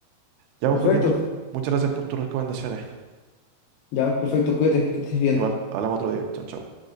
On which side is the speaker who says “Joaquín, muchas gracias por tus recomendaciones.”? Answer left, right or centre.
Right